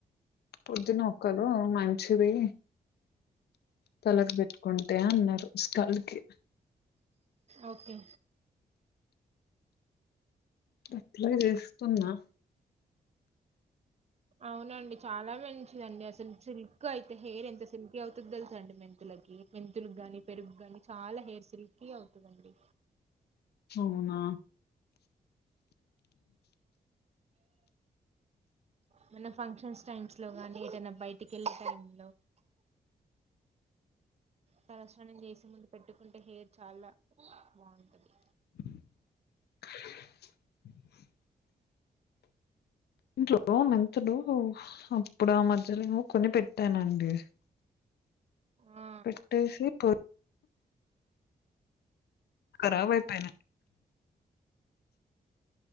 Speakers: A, on the left (about 80°); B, on the right (about 40°).
A: పొద్దునొక్కలు మంచిది తలకి పెట్టుకుంటే అన్నారు స్కల్కి
B: ఓకే
A: అట్లాగే చేస్తున్నా
B: అవునండి చాలా మంచిదండి అసలు సిల్క్ అయితే హెయిర్ ఎంత సిల్కీ అవుతుందో తెలుస అండి మెంతులకి మెంతులకి గాని పెరుగు గాని చాలా హెయిర్ సిల్కీ అవుతుందండి
A: అవునా
B: మన ఫంక్షన్స్ టైమ్స్ లో గానీ ఏదైనా బయటిక వెళ్ళే టైమ్ లో తలస్నానం చేసే ముందు పెట్టుకుంటే హెయిర్ చాలా బాగుంటది
A: <inaudible> ఇంట్లో మెంతులుఅప్పుడు ఆ మధ్యలో ఏమో కొని పెట్టానండి
B: ఆ!
A: పెట్టేసి పో కరాబ్ అయిపోయినాయి